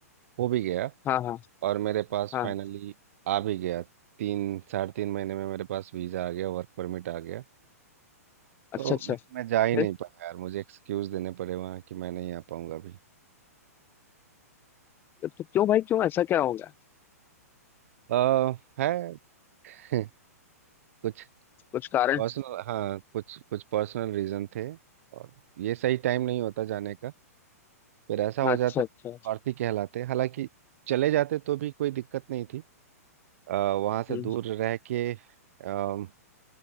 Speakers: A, on the right; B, on the left.
A: हो भी गया
B: हाँ हाँ
A: और मेरे पास
B: हाँ
A: फाइनली आ भी गया तीन साढ़े तीन महीने में मेरे पास वीज़ा आ गया वर्क परमिट आ गया
B: अच्छा
A: तो
B: अच्छा
A: लेकिन मैं जा ही
B: फिर
A: नहीं पाया यार मुझे एक्सक्यूज़ देने पड़े वहाँ कि मैं नहीं आ पाऊँगा अभी
B: तो क्यों भाई क्यों ऐसा क्या होगा
A: आ, है <laughs> कुछ
B: कुछ कारण
A: पर्सनल हाँ कुछ कुछ पर्सनल रीज़न थे और ये सही टाइम नहीं होता जाने का फिर ऐसा हो
B: अच्छा
A: जाता
B: अच्छा
A: है अर्थी कहलाते हालांकि चले जाते तो भी कोई दिक्कत नहीं थी वहां से
B: हम्म
A: दूर रह के अम,